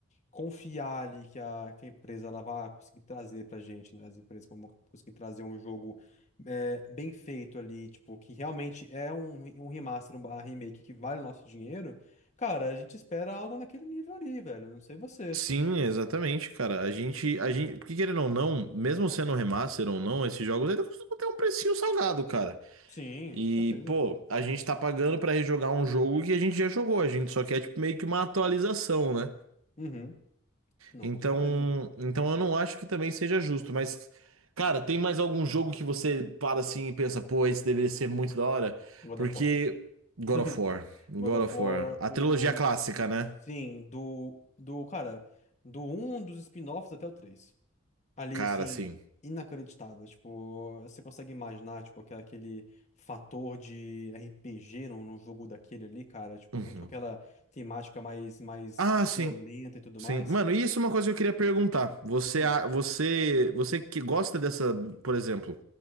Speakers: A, on the left; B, on the right.
A: confiar ali que a, que a empresa ela vai conseguir trazer pra gente, né? As empresas vão conseguir trazer um jogo é, bem feito ali, tipo, que realmente é um, um remaster, um barra remake que vale o nosso dinheiro. Cara, a gente espera algo naquele nível ali, velho. Não sei você.
B: Sim, exatamente, cara. A gente, a gente, porque querendo ou não, mesmo sendo um remaster ou não, esses jogos ainda costumam ter um precinho salgado, cara.
A: Sim,
B: E,
A: com certeza.
B: pô, a gente tá pagando pra rejogar um jogo que a gente já jogou, a gente só quer tipo meio que uma atualização, né?
A: Uhum. Não,
B: Então,
A: com certeza.
B: então eu não acho que também seja justo, mas cara, tem mais algum jogo que você para assim e pensa, pô, esse deveria ser muito da hora?
A: God
B: Porque
A: of War.
B: God
A: <laughs>
B: of War, God
A: God of
B: of
A: War,
B: War, a
A: o.
B: trilogia clássica, né?
A: Sim, do. Do, cara, do um dos spin-offs até o três Ali,
B: Cara,
A: assim,
B: sim.
A: inacreditável. Tipo, você consegue imaginar, tipo, aquela- aquele fator de RPG num, num jogo daquele ali, cara. Tipo,
B: Uhum.
A: junto com aquela temática mais, mais
B: Ah, sim.
A: violenta e tudo
B: Sim.
A: mais.
B: Mano, e isso é uma coisa que eu queria perguntar. Você,
A: Hum,
B: a- você, você que gosta dessa, por exemplo,